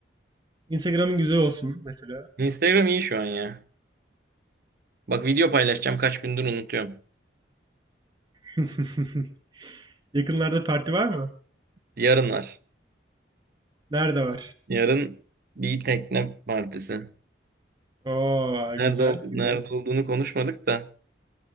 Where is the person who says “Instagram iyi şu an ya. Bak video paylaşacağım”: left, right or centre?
Right